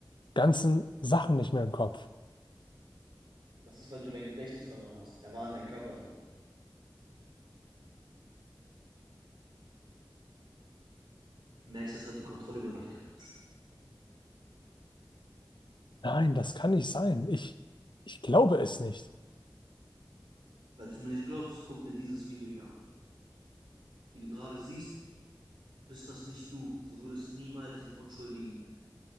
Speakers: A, on the left; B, on the right.
A: ganzen Sachen nicht mehr im Kopf.
B: Das ist, weil du dein Gedächtnis verloren hast. Er war in deinem Körper dran. Max, das hat die Kontrolle über dich gehabt.
A: Nein, das kann nicht sein. Ich, ich glaube es nicht.
B: Falls du mir nicht glaubst, guck dir dieses Video hier an. Wie du gerade siehst, bist das nicht du. Du würdest niemals den unschuldigen